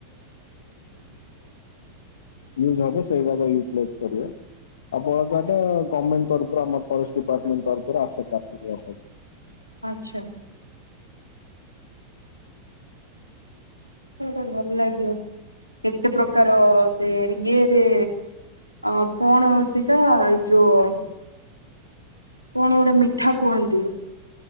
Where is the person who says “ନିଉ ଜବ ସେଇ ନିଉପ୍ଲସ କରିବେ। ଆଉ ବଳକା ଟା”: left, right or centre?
Left